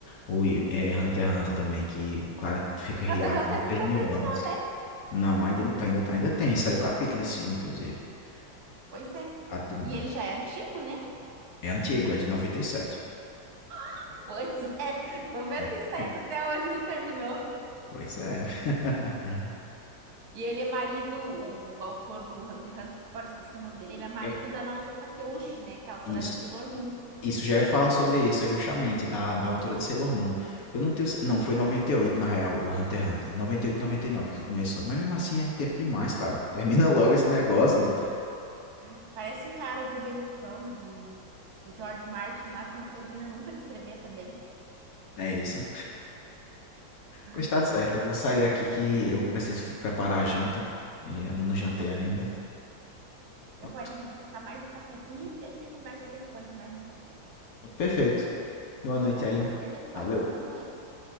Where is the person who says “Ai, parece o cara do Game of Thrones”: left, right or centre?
Right